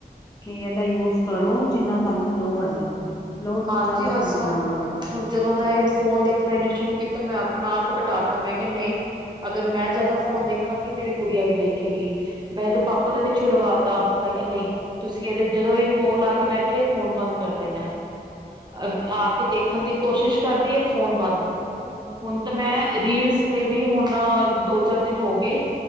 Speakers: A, on the left (about 20°); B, on the right (about 25°).
A: ਕਿ ਇਹਦਾ ਯੂਜ ਕਰੋ, ਜਿੰਨਾ ਤੁਹਾਨੂੰ ਲੋੜ ਐ, ਲੋੜ
B: ਹਾਂਜੀ
A: ਤੋਂ ਜ਼ਿਆਦਾ ਯੂਜ
B: ਬਸ
A: ਨਾ ਕਰੋ।
B: ਹੁਣ ਜਦੋਂ ਦਾ ਇਹ ਫੋਨ ਦੇਖਣਾ ਇੰਨੇ ਸ਼ੁਰੂ ਕੀਤਾ, ਮੈਂ ਆਪਣਾ ਆਪ ਕਟਾ ਤਾ ਮੈਂ ਕਿਆ ਨਈ। ਅਗਰ ਮੈਂ ਜ਼ਿਆਦਾ ਫੋਨ ਦੇਖਾਂਗੀ, ਮੇਰੀ ਗੁੜੀਆ ਵੀ ਦੇਖੇਗੀ। ਮੈਂ ਇਹਦੇ ਪਾਪਾ ਦਾ ਵੀ ਛੁਡਵਾਤਾ, ਮੈਂ ਕਿਆ ਨਈ ਤੁਸੀਂ ਇਹਦੇ ਜਦੋਂ ਵੀ ਕੋਲ ਆ ਕੇ ਬੈਠ ਠੇ, ਫੋਨ ਬੰਦ ਕਰ ਦੇਣਾ। ਅ ਆ ਕੇ ਦੇਖਣ ਦੀ ਕੋਸ਼ਿਸ਼ ਕਰਦੀ ਐ, ਫੋਨ ਬੰਦ ਹੁਣ ਤਾਂ ਮੈਂ ਰੀਲਸ ਤੇ ਵੀ ਹੁਣ ਦੋ-ਚਾਰ ਦਿਨ ਹੋਗੇ,